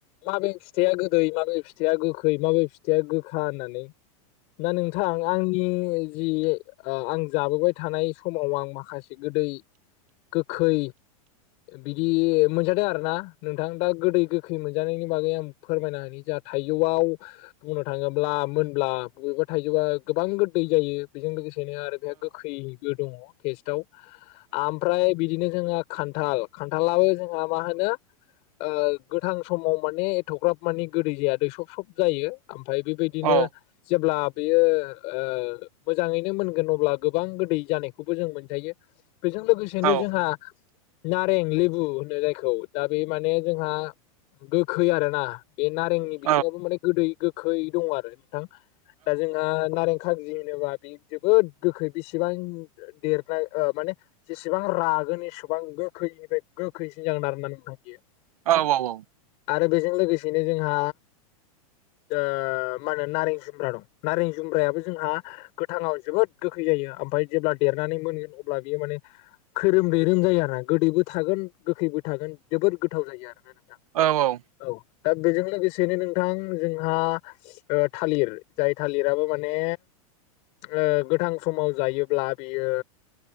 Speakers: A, on the left; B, on the right.
A: माबे फिथाइया गोदै माबे फिथाइया गोखै माबे फिथाइया गोखा होननानै ना नोंथां आंनि जि आं जाबोबाय थानाय समाव आं माखासे गोदै गोखै बिदि मोनजादों आरोना नोंथां। दा गोदै गोखै मोनजानायनि बागै आं फोरमायना होनि जोंहा थाइजौआव बुंनो थाङोब्ला मोनब्ला बबेबा थाइजौआ गोबां गोदै जायो बेजों लोगोसेनो आरो बेहा गोखैबो दङ टेस्टाव ओमफ्राय बिदिनो जोंहा खान्थाल खान्थालाबो जोंहा माहोनो ओ गोथां समाव माने एथ'ग्राब माने गोदै जाया दै सब सब जायो ओमफ्राय बेबायदिनो
B: औ
A: जेब्ला बेयो ओ मोजाङैनो मोनगोन अब्ला गोबां गोदै जानायखौबो जों मोनजायो बेजों लोगोसे
B: औ
A: जोंहा नारें लेबु होनो जायखौ दा बे माने जोंहा गोखै आरोना बे नारेंनि
B: औ
A: बिथिङावबो माने गोदै, गोखै दङ आरो नोंथां दा जोंहा नारें खाजि होनोबा बे जोबोद गोखै बेसेबां देरनाय माने जेसेबां रागोन एसेबां गोखैनिफ्राय गोखैसिन जागोन आरोना नोंथां बियो
B: औ औ औ
A: आरो बेजों लोगोसेनो जोंहा ओ मा होनो नारें जुमब्रा दं नारें जुमब्रायाबो जोंहा गोथाङाव जोबोद गोखै जायो ओमफ्राय जेब्ला देरनानै मोनगोन अब्ला बियो माने खैरोमदैरोम जायो आरोना गोदैबो थागोन गोखैबो थागोन जोबोद गोथाव जायो आरोना नोंथां
B: औ औ
A: औ दा बेजों लोगोसेनो नोंथां जोंहा थालिर जाय थालिराबो माने ओ गोथां समाव जायोब्ला बियो